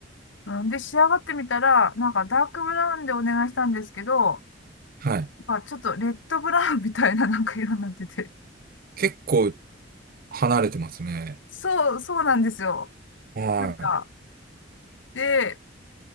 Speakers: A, on the left; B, on the right.
A: うんで、仕上がってみたら、なんかダークブラウンでお願いしたんですけど、
B: はい。
A: まあちょっとレッドブラウンみたいななんか色になってて。
B: 結構離れてますね。
A: そう、そうなんですよ。
B: は
A: なんか、で、